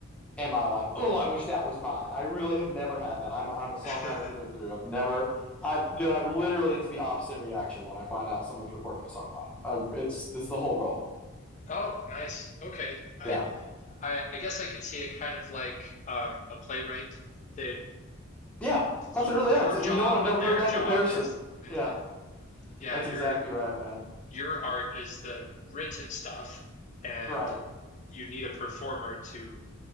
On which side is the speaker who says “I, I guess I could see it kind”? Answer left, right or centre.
Left